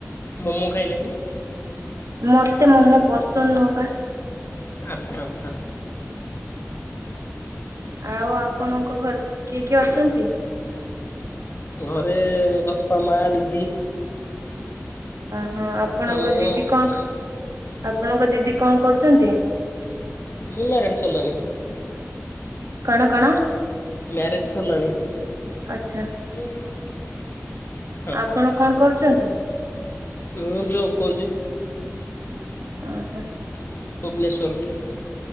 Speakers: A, on the left; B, on the right.
A: ମୋମୋ ଖାଇଲେନି
B: ମତେ ମୋମୋ ପସନ୍ଦ ନୁହଁ ପା
A: ଆଚ୍ଛା ଆଚ୍ଛା
B: ଆଉ ଆପଣଙ୍କ ଘରେ ସବୁ କିଏ କିଏ ଅଛନ୍ତି?
A: ଘରେ ବାପା ମା ଦିଦି
B: ଓହୋ! ଆପଣଙ୍କ
A: ଆଉ ମୁଁ
B: ଦିଦି
A: ଆଉ
B: କଣଖ୍, ଆପଣଙ୍କ ଦିଦି କଣ କରୁଚନ୍ତି?
A: ମୁନାର୍ ଏଡି ଚଲ୍ଲାନି।
B: କଣ, କଣ?
A: ମ୍ୟାରେଜ୍ ସର୍ ଲାଣି।
B: ଆଚ୍ଛା।
A: ହୁଁ।
B: ଆପଣ କଣ କରୁଚନ୍ତି?
A: ମୁଁ ଜବ୍ କରୁଚି।
B: ଓହୋ।
A: ଭୁବନେଶ୍ୱର୍।